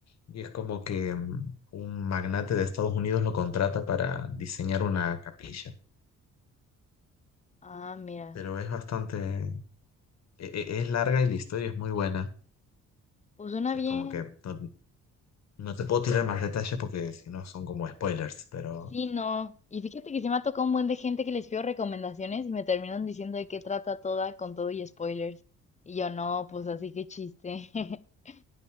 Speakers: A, on the left; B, on the left.
A: y es como que mm, un magnate de Estados Unidos lo contrata para diseñar una capilla,
B: Ah, mira,
A: pero es bastante, e- e- es larga y la historia es muy buena,
B: pues suena
A: es
B: bien,
A: como que no, no te puedo tirar más detalles porque si no son como spoilers, pero...
B: Sí, no. Y fíjate que sí me ha tocado un buen de gente que les pido recomendaciones y me terminan diciendo de qué trata toda con todo y spoilers. Y yo no, pues así que chiste. <laughs>